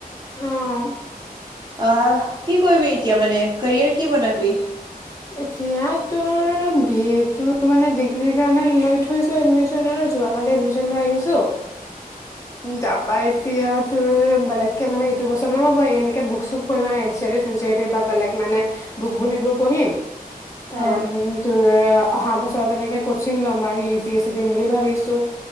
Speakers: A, on the left; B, on the right.
A: উম।
B: অহ, কি কৰিবি এতিয়া মানে কেৰিয়াৰ কি বনাবি?
A: এতিয়া তোৰ বি এ তটো মানে ডিগ্ৰ্ৰী কাৰণে লৈ থৈছো এডমিচনৰ যোৱা কালি এডমিচন লৈ আহিছোঁ।
B: <inaudible>
A: তাৰ পা এতিয়া তোৰ বেলেগ কে মানে, এইটো বছৰ মানে মই এনেকে বুক চুক পঢ়িম আৰু এন চি আৰটি চেন চিটি বা বেলেগ মানে বুকবোৰ সেইবোৰ পঢ়িম। তেন
B: অ
A: তোৰ অহা বছৰ পেনেক কচিং লম আৰু ইউ পি এছ চি দিম বুলি ভাবিছোঁ।